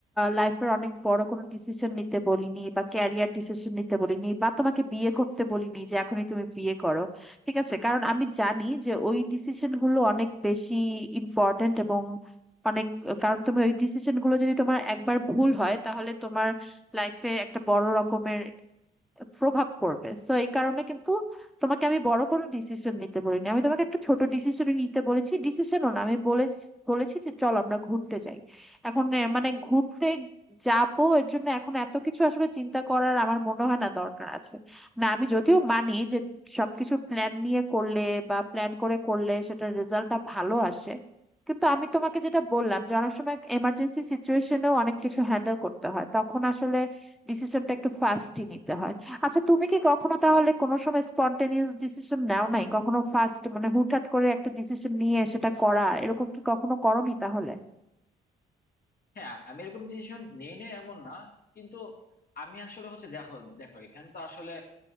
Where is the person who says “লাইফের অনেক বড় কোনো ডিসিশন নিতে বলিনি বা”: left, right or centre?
Centre